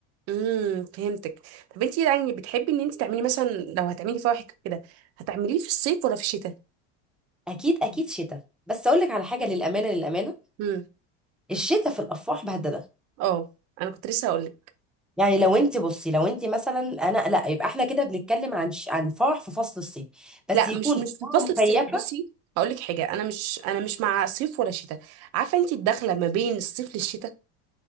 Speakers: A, on the right (about 45°); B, in the centre.
A: امم فهمتك طب انتي يعني بتحبي ان انتي تعملي مثلا لو هتعملي فواحك كده هتعمليه في الصيف ولا في الشتاء
B: اكيد اكيد شتاء بس اقول لك على حاجه للامانه للامانه
A: امم
B: الشتاء في الافراح بهدله
A: اه انا كنت لسه هقول
B: يعني لو انت بصي لو انت مثلا انا لا يبقى احنا كده بنتكلم عن ش... عن فرح في فصل الصيف بس
A: لا
B: يكون
A: مش مش
B: فرح
A: في فصل
B: مكيفه
A: الصيف بصي هقول لك حاجه انا مش انا مش مع صيف ولا شتاء عارفه انت الدخله ما بين الصيف للشتاء